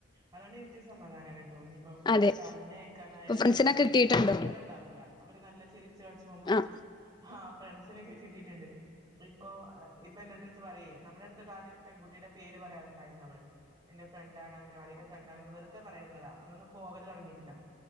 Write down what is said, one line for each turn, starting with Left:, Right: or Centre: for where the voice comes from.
Right: അതോണ്ട് ഇൻക്ക് സമാധാനാണ്ട്ടോ ഞ്പ്പോ
Left: അതെ
Right: പറഞ്ഞയക്കാനായാലേ
Left: ഇപ്പൊ ഫ്രണ്ട്സിനെ
Right: നമുക്ക്
Left: കിട്ടിയിട്ടുണ്ടോ
Right: സങ്കടംണ്ടാവില്ല അവര് നല്ല ചിരി ച്ച് കളിച്ചു പോകുമ്പോ
Left: ആഹ്
Right: ആ ഫ്രണ്ട്സിനൊക്കെ കിട്ടിയിട്ടുണ്ട് ഇപ്പൊ ഇപ്പൊ എന്നോട്ടട്ത് പറയേ നമ്മുടെടുത്ത കാര്യേ പെൺകുട്ടിയുടെ പേര് പറയാറുണ്ടായിരുന്നു അവള് എന്റെ ഫ്രണ്ടാണ് അങ്ങനെ എന്റെ ഫ്രണ്ടാണ് വെറുതെ പറയുന്നതാ അന്നൊന്നും പോവല് തുടങ്ങിയിട്ടില്ല